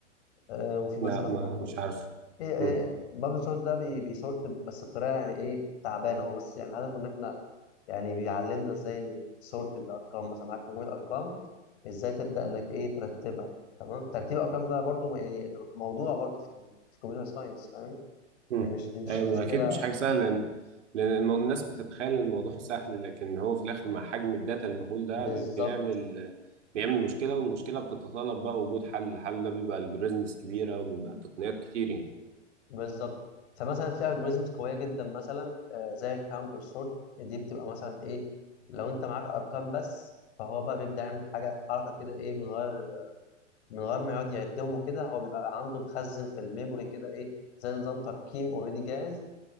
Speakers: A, on the left (about 60°); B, on the right (about 75°).
A: آه وفي مثلا
B: لا ما
A: برضه
B: مش عارف
A: ايه ايه
B: مم.
A: بابل سورت ده بي بيسورت بس بطريقه يعني ايه تعبانه هو بس يعني هدفه ان احنا يعني بيعلمنا ازاي نسورت الارقام مثلا معاك مجموعه ارقام ازاي تبدا انك ايه ترتبها تمام ترتيب الارقام ده برضو يعني موضوع برضو في ال- في الكمبيوتر ساينس فاهم
B: مم.
A: يعني مش مش
B: ايوه
A: مشكله
B: اكيد مش حاجه سهله لان لان الم- الناس بتتخيل ان الموضوع <laughs> سهل لكن هو في الاخر مع حجم الداتا المهول ده
A: بالظبط
B: بي- بيعمل بيعمل مشكله والمشكله بتتطلب بقى وجود حل الحل ده بيبقى الجوريزمز كبيره وبيبقى تقنيات كتير يعني
A: بالظبط فمثلا في الجوريزمز قويه جدا مثلا آه، زي الكاونت والسورت دي بتبقى مثلا ايه لو انت معاك ارقام بس فهو بقى بيبدا يعمل حاجه حركه كده ايه من غير من غير ما يقعد يعدهم وكده هو بيبقى عنده مخزن في الميموري كده ايه زي نظام ترقيم اوريدي جاهز